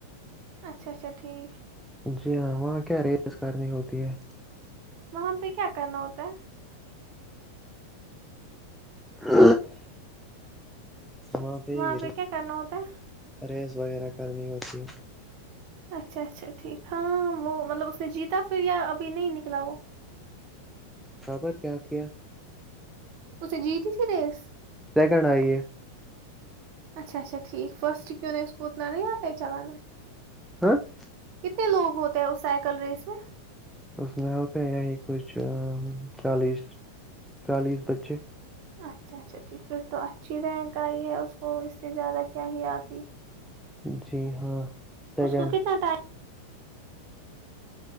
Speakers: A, on the right; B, in the centre.
A: اچھا اچھا ٹھیک
B: جی ہاں وہاں کیا ریس اس کارنی ہوتی ہے
A: وہاں پہ کیا کرنا ہوتا ہے
B: ہ <inaudible> اں پی
A: وہاں
B: گ
A: پہ کیا کرنا ہوتا ہے
B: ریس ویر وغیرہ کرنی ہوتی
A: اچھا اچھا ٹھیک ہاں وہ مطلب اس نے جیتا پھر یا ابھی نہیں نکلا وہ
B: خبر کیا کیا؟
A: اسے جیت ہی سی دس
B: کہنا آئی ہے <unintelligible>
A: اچھا اچا ٹھیک فسٹکیونس کوتنان آیا تو چلانا
B: ہاں <unintelligible>
A: کتنے لوگ ہوتے ہیں اس سائیکل ریس میں <unintelligible>
B: اس میں ہو پہ یہیں کچھ چالیس چالیس بچے
A: اچھا اچھا ٹھیک پھر تو اچھی رینک آئی ہے اس کو اس سے زیادہ کیا ہی آتی
B: جی ہاں سیکنڈ
A: اس کو کتنا ٹائم